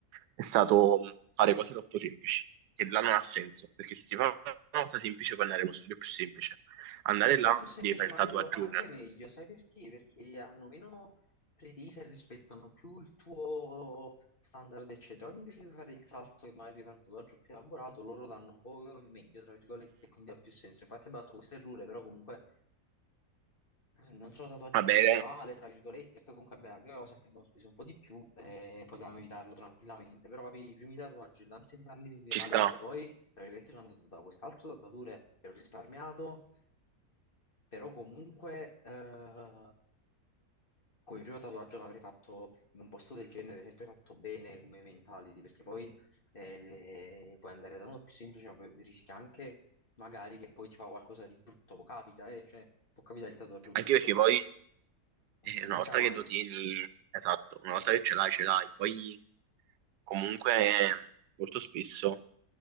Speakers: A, on the right; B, on the left.
A: è stato mm, fare cose troppo semplici, che là non ha senso, perché se si fa una cosa semplice puoi andare in uno studio più semplice. Andare
B: Non so
A: là
B: se è più semplice,
A: ti devi fare
B: magari
A: il tatuaggione.
B: te lo fa anche meglio. Sai perché? Perché hanno meno pretese e rispettano più il tuo standard, eccetera. Quando invece di fare il salto e magari di fare un tatuaggio più elaborato, loro danno un po' il meglio, tra virgolette, e quindi ha più senso. Infatti ho fatto questo errore, però comunque eh, non sono tatuaggi
A: Vabbè,
B: venuti male, tra virgolette, e poi comunque abbiamo la cosa che abbiamo speso un po' di più e potevamo evitarlo tranquillamente, però avevi i primi tatuaggi, l'ansia di farli venire
A: ci
B: male
A: sta.
B: perché poi, tra virgolette, sono andato da quest'altro tatuatore che ho risparmiato però comunque, eh, come primo tatuaggio l'avrei fatto in un posto del genere, sempre fatto bene come mentality, perché poi eh, puoi andare da uno più semplice, ma poi rischia anche magari che poi ti fa qualcosa di brutto, capita, eh, cioè, può capitare il tatuaggio
A: Anche
B: brutto,
A: perché poi eh,
B: e
A: una
B: non
A: volta
B: sia mai.
A: che lo tieni, esatto, una volta che ce l'hai, ce l'hai. Poi comunque eh, molto spesso